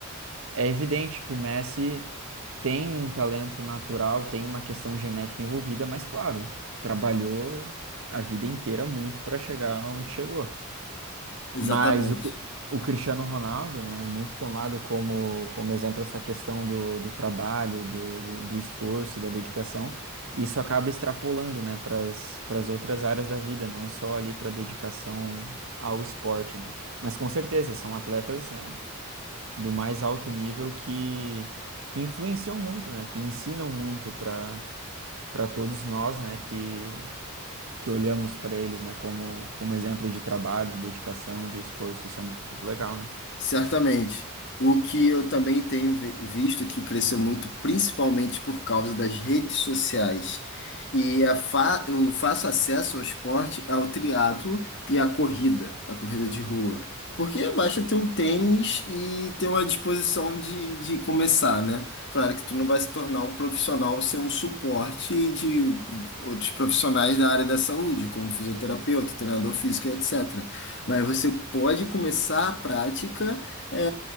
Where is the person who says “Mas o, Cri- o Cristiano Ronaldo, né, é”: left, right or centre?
Right